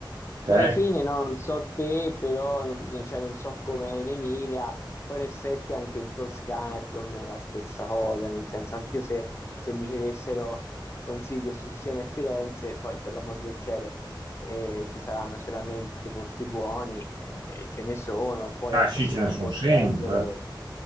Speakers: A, on the right (about 60°); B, on the left (about 30°).
A: Te?
B: Che alla fine, no, non so te, però non, non- cioè, non so com'è in Emilia, però in effetti anche in Toscana è più o meno la stessa cosa, nel senso, anch'io se, se mi chiedessero consiglio su Siena e Firenze, poi per l'amor del cielo eh, ci saranno solamente posti buoni, eh, ce ne sono, poi
A: Ah,
B: ecco
A: sì,
B: se
A: ce
B: uno
A: ne sono
B: può
A: sempre,
B: spendere,